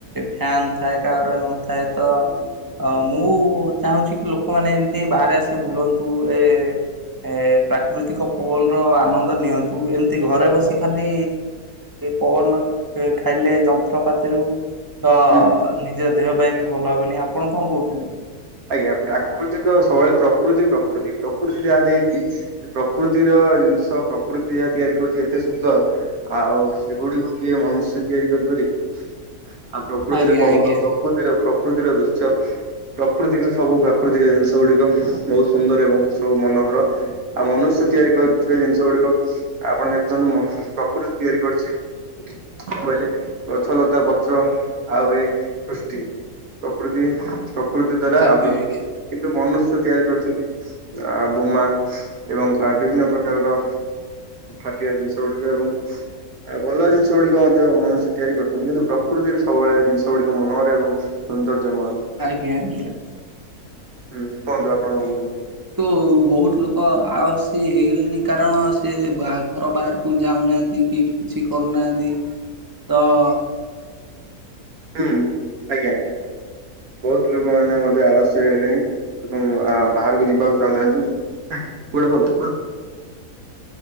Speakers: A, on the right; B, on the right.
A: ଫ୍ୟାନ ଥାଏ କା ଘରେ ନଥାଏ ତ ଅ ମୁଁ ଚାହୁଁଛି କି ଲୋକମାନେ ଏମିତି ବାହାରେ ଆସିିକ ବୁଲନ୍ତୁ ଏ ଏ ପ୍ରାକୃତିକ ପବନର ଆନନ୍ଦ ନିଅନ୍ତୁ ଏମିତି ଘରେ ବସି ଖାଲି ପବନ ଖାଇଲେ ଯନ୍ତ୍ରପାତିରୁ ତ
B: ହୁଁ
A: ନିଜ ଦେହ ପାଇଁ ବି ଭଲ ହବନି ଆପଣ କଣ କହୁଛନ୍ତି
B: ଆଜ୍ଞା ପ୍ରାକୃତିକ ସବୁବେଳେ ପ୍ରକୃତି ପ୍ରକୃତି ପ୍ରକୃତି ଯାହା ଦେଇଛି ପ୍ରକୃତିର ଜିନିଷ ପ୍ରକୃତି ଯାହା ତିଆରି କରୁଛି ଏତେ ସୁନ୍ଦର ଆଉ ସେଗୁଡିକୁ କିଏ ମନୁଷ୍ୟ ତିଆରି କରିପାରିବ ଆଉ ପ୍ରକୃତିର
A: ଆଜ୍ଞା
B: ପବନ
A: ଆଜ୍ଞା ଆଜ୍ଞା
B: ପ୍ରକୃତିର ପ୍ରକୃତିର ଦୃଶ୍ୟ ପ୍ରାକୃତିକ ସବୁ ପ୍ରାକୃତିକ ଜିନିଷ ଗୁଡିକ ବହୁତ ସୁନ୍ଦର ଏବଂ ସବୁ ମନୋହର ଆଉ ମନୁଷ୍ୟ ତିଆରି କରୁଥିବା ଜିନିଷ ଗୁଡିକ ଆପଣ ଦେଖୁନ୍ତୁ ପ୍ରକୃତି ତିଆରି କରୁଛି। କଣ କହିଲେ ଗଛ ଲତା ପତ୍ର ଆଉ ଏଇ ସୃଷ୍ଟି ପ୍ରକୃତି ପ୍ରକୃତି ଦ୍ଵାରା
A: ଆଜ୍ଞା
B: ଆବୃତ
A: ଆଜ୍ଞା
B: କିନ୍ତୁ ମନୁଷ୍ୟ ତିଆରି କରିଛନ୍ତି ଆ ବୋମା ଏବଂ ବିଭିନ୍ନ ପ୍ରକାରର ଫାଟିଆ ଜିନିଷ ଗୁଡିକ ଏବଂ ଭଲ ଜିନିଷ ଗୁଡିକ ମଧ୍ୟ ମନୁଷ୍ୟ ତିଆରି କରୁଛନ୍ତି କିନ୍ତୁ ପ୍ରକୃତିରେ ସବୁବେଳେ ଜିନିଷ ଗୁଡିକ ମନରେ ଏବଂ ସୁନ୍ଦର୍ଯ୍ୟ ମୟ
A: ଆଜ୍ଞା ଆଗ୍ୟା।
B: ହୁଁ କୁହନ୍ତୁ ଆପଣ କଁ କୋଉ
A: ତୋ ବୋହୁତ ଲୋକ ଆଉ ସିଏ ହେଇଗଲେଣି କାରଣ ସେ ବା ଘର ବାଆରୁ କୁ ଯାଉନାହାଁନ୍ତି କି କିଛି କରୁନାହାନ୍ତି ତ-ଅ
B: ହୁଁ ଆଜ୍ଞା ବୋହୁତ ଲୋକ ମାନେ ମଧ୍ୟ ଆଳସ୍ୟ ହେଇଗଲେଣି। ଆ ବାହାରକୁ ଯିବାକୁ ଚାହୁଁନାହାନ୍ତି ଆ୍ କୁଆଡେ ପଳ୍ଲେ, କୁଆଡେ ପ